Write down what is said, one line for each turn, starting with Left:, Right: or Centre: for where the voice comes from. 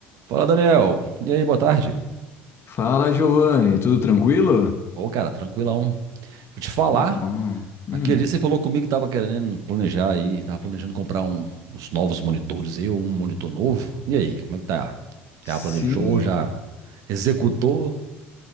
Right: Fala, Daniel. E aí, boa tarde.
Left: Fala, Giovanni, tudo tranquilo?
Right: Ô, cara, tranquilão. Deixa eu te falar.
Left: Que bom. Hum,
Right: Aquele dia você falou comigo que tava querendo planejar aí, tava planejando comprar um, uns novos monitores aí, ou um monitor novo. E aí, como é que tá?
Left: sim.
Right: Já planejou, já executou?